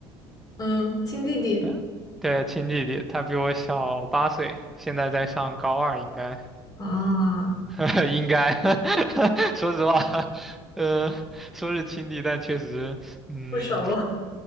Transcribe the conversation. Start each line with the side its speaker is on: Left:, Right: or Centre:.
Left: 嗯，亲弟弟
Centre: <laughs> 对，对亲弟弟，他比我小八岁，现在在上高二，应该
Left: 啊 <laughs>，
Centre: <laughs> 应该，<laughs> 说实话，<laughs> 呃，说是亲弟，但确实，嗯，
Left: 不熟。